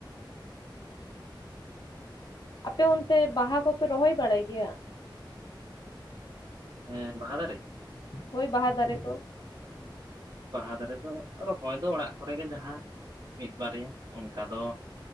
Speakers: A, on the left; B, on the right.
A: ᱟᱯᱮ ᱚᱱᱛᱮ ᱵᱟᱦᱟ ᱠᱚᱯᱮ ᱨᱚᱦᱚᱭ ᱵᱟᱲᱟᱭ ᱜᱮᱭᱟ᱾
B: ᱦᱮᱸ ᱵᱟᱦᱟᱫᱟᱨᱮᱼᱼ
A: ᱦᱳᱭ ᱵᱟᱦᱟ ᱫᱟᱨᱮ ᱠᱚᱼᱼ
B: ᱵᱟᱦᱟ ᱫᱟᱨᱮ ᱫᱚ ᱨᱚᱦᱚᱭ ᱫᱚ ᱚᱲᱟᱜ ᱠᱚᱨᱮ ᱜᱮ ᱡᱟᱦᱟᱸ᱾ ᱢᱤᱫ ᱵᱟᱨᱭᱟ ᱚᱱᱠᱟ ᱫᱚᱼᱼ